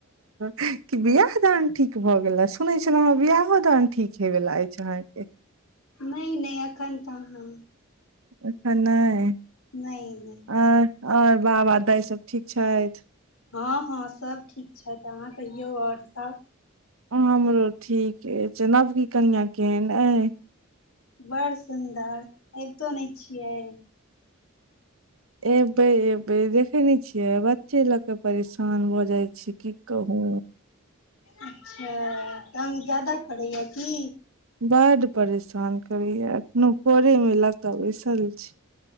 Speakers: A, on the right; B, on the left.
A: कि बियाह दान ठीक भए गेला सुनै छलहु हेँ बियाहो दान ठीक हेवाला यै ् <unintelligible>
B: नहि नहि अखन तऽ ह
A: अखन नहि
B: नहि नहि
A: आ आर बाबा दाय सब ठीक छैथ
B: हँ हँ सब ठीक छथि अहाँ कहियौ ओर सब
A: हमरो ठीके अछि नवकी कनिआ केहन अछि
B: बड़ सुन्दर अबितो नहि छियै
A: एबै एबै देखे ने छियै बच्चे लऽ के परेशान भऽ जाई छै की कहू
B: अच्छा तंग जादा करैया की
A: बड परेशान करैया एखनो कोरे लक तऽ बैसल छी